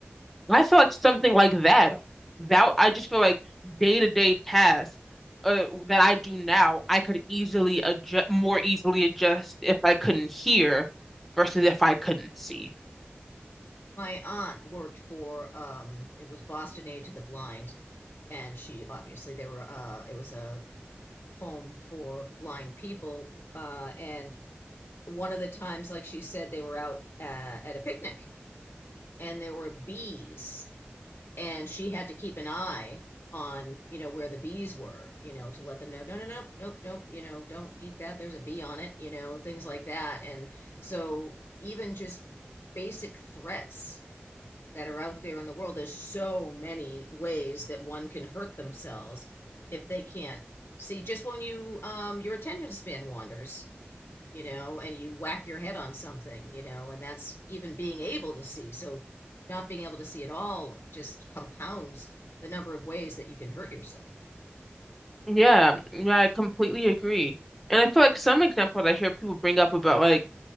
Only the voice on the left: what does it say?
my aunt worked for um it was boston aid to the blind and she obviously there were uh it was a home for blind people uh and one of the times like she said they were out uh, at a picnic and there were bees and she had to keep an eye on you know where the bees were you know to let them know no no no no no you know don't eat that there's a bee on it you know things like that and so even just basic threats that are out there in the world there's so many ways that one can hurt themselves if they can't see just when you um your attention span wanders you know, and you whack your head on something, you know, and that's even being able to see. So not being able to see at all just compounds the number of ways that you can hurt yourself.